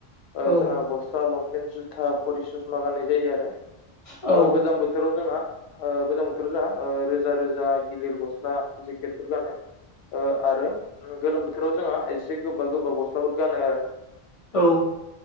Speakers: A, on the left (about 75°); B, on the left (about 40°).
A: ओ
B: औ
A: जोंहा
B: औ
A: गस्ला लंपेन्ट जुथा खरि ससमा गाननाय जायो आरो
B: औ
A: ओ गोजां बोथोराव जोंहा ओ गोजां बोथोराव जोंहा ओ रोजा रोजा गिलिर गस्ला जेकेटफोर गानो ओ आरो गोलोम बोथोर थोराव जोंहा एसे गोबा गोबा गस्लाफोर गानो
B: औ